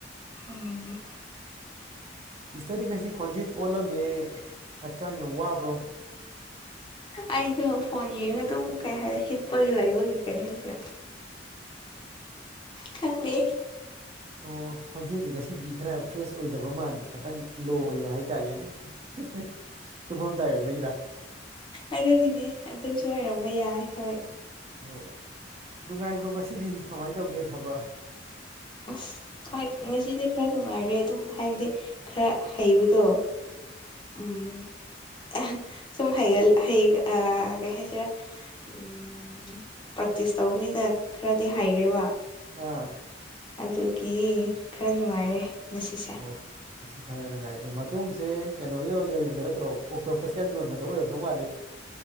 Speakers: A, on the left; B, on the right.
A: ꯎꯝ
B: ꯁꯤꯁꯇ꯭ꯔꯗꯤ ꯉꯁꯤ ꯈꯣꯟꯖꯦꯟ ꯑꯣꯜꯂꯝꯃꯦ ꯍꯛꯆꯥꯡ ꯌꯥꯝ ꯋꯥꯕ꯭ꯔꯣ
A: ꯑꯩꯗꯣ ꯐꯣꯟ ꯌꯦꯡꯉꯒ ꯑꯗꯨꯝ ꯀꯩ ꯍꯥꯏꯔ ꯍꯤꯠꯄꯒꯤ ꯂꯩꯕꯒꯤ ꯀꯩ ꯍꯥꯏꯁꯦꯔꯥ ꯈꯪꯗꯦ
B: ꯑꯣ ꯈꯣꯟꯖꯦꯟꯗꯤ ꯉꯁꯤꯗꯤ ꯈꯔ ꯐ꯭ꯔꯦꯁ ꯑꯣꯏꯗꯕ ꯃꯥꯟꯕ ꯈꯤꯇꯪ ꯂꯣ ꯑꯣꯏꯕ ꯍꯥꯏꯇꯥꯔꯦꯅꯦ <unintelligible> ꯇꯨꯝꯃꯝꯗꯥꯏ ꯑꯣꯏꯕꯒꯤꯔ
A: ꯑꯗꯨꯒꯤꯅꯦ ꯑꯗꯨꯁꯨ ꯑꯣꯏꯔꯝꯕ ꯌꯥꯏ ꯍꯣꯏ
B: ꯑꯣ ꯅꯨꯡꯉꯥꯏꯕ꯭ꯔꯣ ꯉꯁꯤꯗꯤ ꯀꯃꯥꯏ ꯇꯧꯒꯦ ꯊꯕꯛ
A: ꯑꯁ ꯍꯣꯏ ꯉꯁꯤꯗꯤ ꯈꯔ ꯅꯨꯡꯉꯥꯏꯔꯦ ꯑꯗꯨꯝ ꯍꯥꯏꯕꯗꯤ ꯈꯔ ꯍꯩꯕꯗꯣ ꯎꯝ ꯑꯍꯥ ꯁꯨꯝ ꯍꯩꯒ ꯍ ꯑ ꯀꯩ ꯍꯥꯏꯁꯤꯔ ꯎꯝ ꯄ꯭ꯔꯦꯛꯇꯤꯁ ꯇꯧꯕꯅꯤꯗ ꯈꯔꯗꯤ ꯍꯩꯔꯦꯕ
B: ꯑꯥ
A: ꯑꯗꯨꯒꯤ ꯈꯔ ꯅꯨꯡꯉꯥꯏꯔꯦ ꯉꯁꯤꯁꯦ
B: ꯑꯣ ꯀꯁꯤ ꯈꯔꯅꯉ ꯇꯨꯡꯁꯦ ꯀꯩꯅꯣꯒꯤ ꯑꯣꯏ ꯂꯩꯕꯗ ꯅꯠꯇ꯭ꯔꯣ ꯑꯣꯛꯇꯣꯞꯄꯁ ꯌꯥꯝ ꯌꯣꯟꯕꯗ ꯑꯣꯏꯔꯝꯗꯧ ꯃꯥꯠꯂꯤ